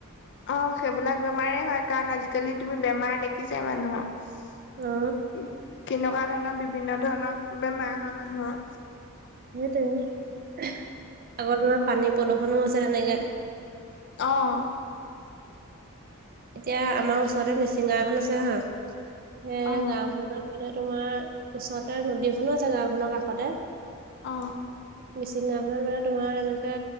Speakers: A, on the left; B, on the right.
A: অ', সেইবিলাক বেমাৰে হয় কাৰণ আজিকালি তুমি বেমাৰ দেখিছাই মানুহৰ।
B: অ
A: কেনেকুৱা ধৰণৰ বিভিন্ন ধৰণৰ বেমাৰ হোৱা মানুহৰ।
B: সেইটোয়ে আগৰ তোমাৰ পানী প্ৰদূষণো আছে তেনেকে।
A: অ'।
B: এতিয়া আমাৰ ওচৰতে মিচিং গাঁওখন আছে হা সেই
A: অ',
B: গাঁওখন পিনে মানে তোমাৰ ওচৰতে নদী এখনো আছে গাঁওখনৰ কাষতে
A: অ'।
B: মিচিং গাওঁ খনত মানে তোমাৰ এনেকে